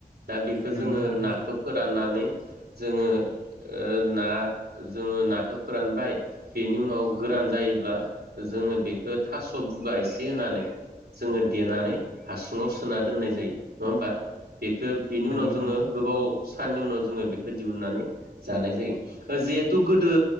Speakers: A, on the right; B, on the left.
A: दा बेखौ
B: नंगौ
A: जोङो
B: नोंथां
A: नाखौ
B: नंगौ
A: फोराननानै जोङो ओ ना जोङो नाखौ फोरानबाय बेनि उनाव गोरान जायोब्ला जों जोङो बेखौ थास' बुगा एसे होनानै जोङो देनानै हासुङाव सोना दोननाय जायो नङा होमबा बेखौ बेनि
B: नंगौ
A: उनाव जोङो
B: नोंथां
A: गोबाव साननि उनाव जोङो बेखौ दिहुननानै जानाय जायो जिहेथु गोदो